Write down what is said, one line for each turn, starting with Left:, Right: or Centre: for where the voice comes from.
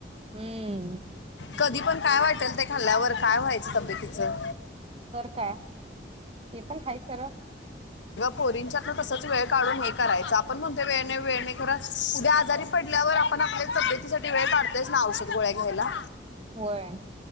Right: हम्म्म.
Left: कधी पण काय वाटेल ते खाल्ल्यावर काय व्हायचं तब्येतीचं.
Right: तर का ते पण हा खरं.
Left: कोरींच्यात ना तसच वेळ काढून हे करायच आपण म्हणतो वेणे वेळणे कर उद्या आजारी पडल्यावर आपण आपल्या तब्येतीसाठी वेळ काढतोयस ना औषध गोळ्या घ्यायला.
Right: होय